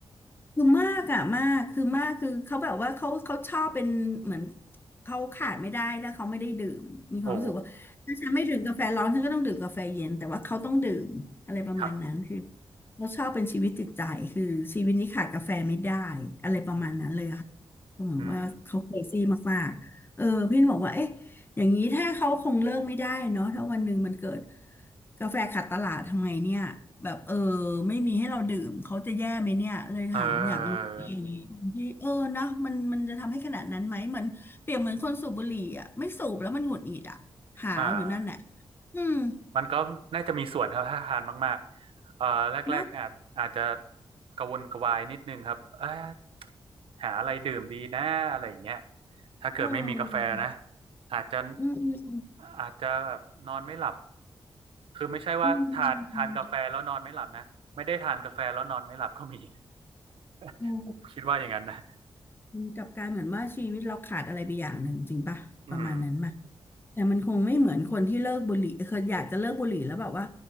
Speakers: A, on the left (about 25°); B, on the right (about 80°).
A: คือมากอะมากคือมากคือเขาแบบว่าเขาเขาชอบเป็นเหมือนเขาขาดไม่ได้ถ้าเขาไม่ได้ดื่มมีความรู้สึกว่าถ้าฉันไม่ดื่มกาแฟร้อนฉันก็ต้องดื่มกาแฟเย็นแต่ว่าเขาต้องดื่มอะไรประมาณนั้นคือ
B: โอ้ครับ
A: เขาชอบเป็นชีวิตจิตใจคือชีวิตนี้ขาดกาแฟไม่ได้อะไรประมาณนั้นเลยอะค่ะก็เหมือนว่าเขาเครซี่มากๆเออพี่บอกว่าเอ๊ะ
B: อืมอืม
A: อย่างนี้ถ้าเขาคงเลิกไม่ได้เนาะถ้าวันหนึ่งมันเกิดกาแฟขาดตลาดทำไงเนี่ยแบบเออไม่มีให้เราดื่มเขาจะแย่ไหมเนี่ยเลยถามอยากรู้อื่างมที่เออนะมันมันจะทำให้ขนาดนั้นไหมเหมือนเปรียบเหมือนคนสูบบุหรี่อ่ะไม่สูบแล้วมันหงุดหงิดอ่ะหาวอยู่นั่นแหละ
B: เอออ่า
A: อืม
B: มันก็น่าจะมีส่วนครับถ้าทานมากๆเอ่อแรกๆอาจอาจจะ
A: เนาะ
B: กระวนกระวายนิดนึงครับเอยหาอะไรดื่มดีนะอะไรอย่างเงี้ยถ้าเกิดไม่มีกาแฟนะ
A: เออ
B: อาจจะ
A: อืม
B: อาจจะแบบนอนไม่หลับคือไม่ใช่ว่าทานทานกาแฟแล้วนอนไม่หลับนะไม่ได้ทานกาแฟแล้วนอนไม่หลับก็มี
A: อืม
B: <laughs>
A: โอ้
B: ผมคิดว่าอย่างนั้นนะ
A: มันกลับกลายเหมือนว่าชีวิตเราขาดอะไรไปอย่างหนึ่งจริงป่ะประมาณนั้นป่ะ
B: อืม
A: แต่มันคงไม่เหมือนคนที่เลิกบุหรี่เคยอยากจะเลิกบุหรี่แล้วแบบว่า